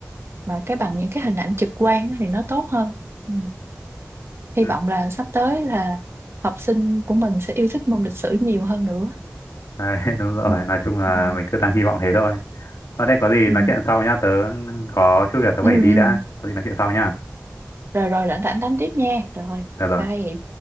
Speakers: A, on the right; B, on the left.
A: mà cái bằng những cái hình ảnh trực quan á thì nó tốt hơn ừ. hy
B: Ừ.
A: vọng là sắp tới là học sinh của mình sẽ yêu thích môn lịch sử nhiều hơn nữa
B: đấy, <laughs> đúng rồi
A: ừ.
B: nói chung là
A: Ừ.
B: mình cứ đang hy vọng thế thôi thôi đây có gì
A: Ừ.
B: nói chuyện sau nhá tớ có chút việc tớ
A: Ừ.
B: phải đi
A: ừ.
B: đã có gì nói chuyện sau nhá
A: rồi rồi rảnh rảnh đánh tiếp nha rồi
B: được rồi
A: bye